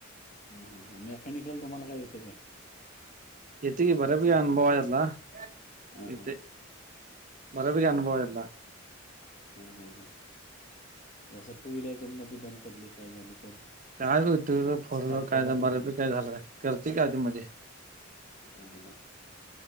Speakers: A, on the left; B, on the right.
A: ह मेकॅनिकल तुम्हाला काय येतय काय?
B: येतय कि बऱ्यापैकी
A: असं ह
B: अनुभव आहे आता
A: हा
B: येतय
A: हा
B: बऱ्यापैकी अनुभव आहे आता
A: हा हा हा असं टू व्हीलर तेन मधी बंद पडली काय झालं तर
B: काय तर हुतय फोरव्हिलर
A: असं केलाय
B: काय तर
A: का कधी
B: काय झालं करते का आधी मध्ये
A: हा हा